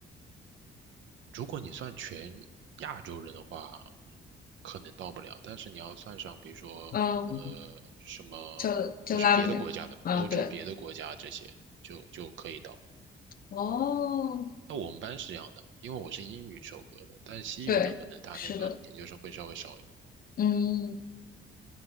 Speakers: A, on the right; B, on the left.
A: 如果你算全亚洲人的话，嗯可能到不了。但是你要算上，比如说呃什么，
B: 嗯，就就拉美，
A: 就是别的国家的，
B: 嗯，
A: 欧洲别的国家这些，
B: 对，
A: 就就可以到。
B: 哦，
A: 那我们班是这样的，因为我是英语授课的，但是西语的可能他那个研究生会稍微少一点。
B: 对，是的，嗯。